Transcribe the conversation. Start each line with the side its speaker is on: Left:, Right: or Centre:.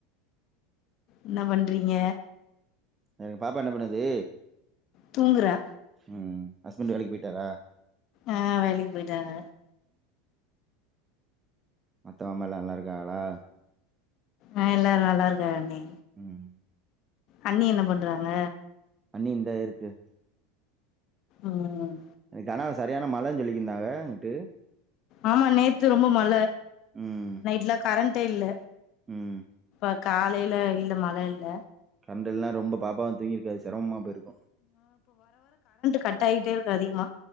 Left: என்ன பண்றீங்க
Right: எனக்கு பாப்பா என்ன பண்ணுது
Left: தூங்குறா
Right: ம் ஹஸ்பெண்ட்டு வேலைக்கு போயிட்டாரா
Left: ஆ வேலைக் போயிட்டாங்க
Right: மத்தவமேலா நல்லா இருக்காங்களா
Left: ஆ எல்லாரு நல்லா இருக்காகண்ணி
Right: ம்
Left: அண்ணி என்ன பண்றாங்க
Right: அண்ணி இந்தா இருக்கு
Left: ம்
Right: யார்னா அங்க சரியான மழன் சொல்லிட்ருந்தாங்க அங்கிட்டு
Left: ஆமா நேத்து ரொம்ப மழ
Right: ம்
Left: நைட்ல கரண் டேல்ல
Right: ம்
Left: ப்ப காலைல இல்ல மழ இல்ல
Right: சண்டெல்ல ரொம்ப பாப்பாவு தூங்கிருக்காது செரமமா போயிருக்கு
Left: கட்டாய்ட்டே இருக்கு அதிகமா